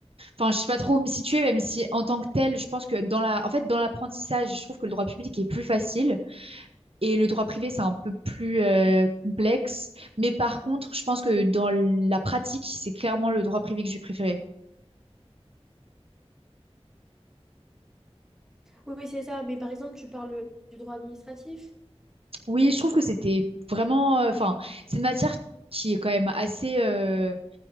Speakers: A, on the right (about 60°); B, in the centre.
A: enfin, je sais pas trop où me situer, même si en tant que tel, je pense que dans la, en fait, dans l'apprentissage, je trouve que le droit public est plus facile et le droit privé, c'est un peu plus euh, complexe. Mais par contre, je pense que dans la pratique, c'est clairement le droit privé que j'ai préféré.
B: Oui, oui, c'est ça. Mais par exemple, tu parles du droit administratif.
A: Oui, je trouve que c'était vraiment, euh, enfin, c'est une matière qui est quand même assez. euh,